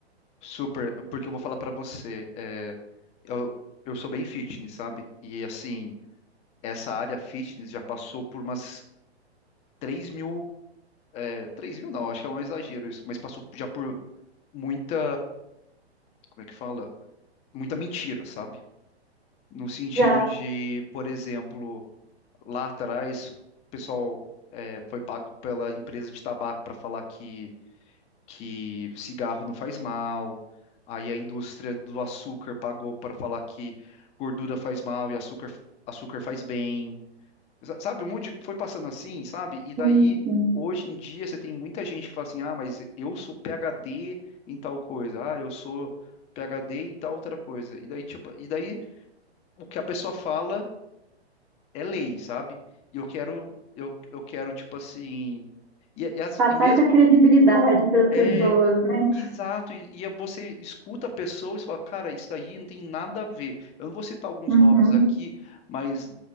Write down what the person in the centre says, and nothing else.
Já
hum, hum,
passar
essa credibilidade para as
pessoas, né?
Uhum,